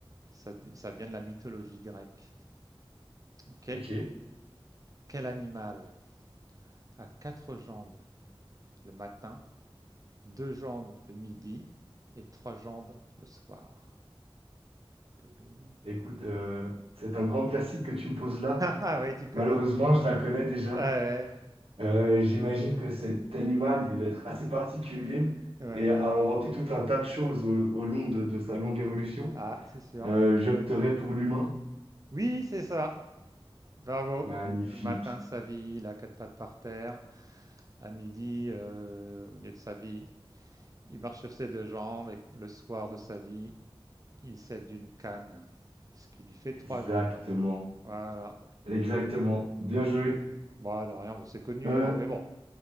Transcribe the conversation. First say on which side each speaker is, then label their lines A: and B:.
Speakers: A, on the right (about 40°); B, on the right (about 85°).
A: Ça, ça vient de la mythologie grecque. Ok.
B: Ok.
A: Quel animal a quatre jambes le matin, deux jambes le midi et trois jambes le soir? Doudou.
B: Écoute, euh, c'est un grand classique que tu me poses là.
A: Ah ouais, tu connais.
B: Malheureusement, je la connais déjà.
A: Ah ouais,
B: Euh, j'imagine que cet animal, il doit être assez particulier
A: ouais.
B: et a inventé tout un tas de choses au, au long de, de sa longue évolution.
A: Ah, c'est sûr.
B: Euh, j'opterais pour l'humain.
A: Oui, c'est ça. Bravo.
B: Magnifique.
A: Le matin de sa vie, il a quatre pattes par terre. À midi, euh, au milieu de sa vie, il marche sur ses deux jambes. Et le soir de sa vie, il s'aide d'une canne, ce qui lui fait trois
B: Exactement.
A: jambes. Voilà.
B: Exactement. Bien joué.
A: Bon, de rien, bon, c'est connu,
B: Euh,
A: hein, mais bon.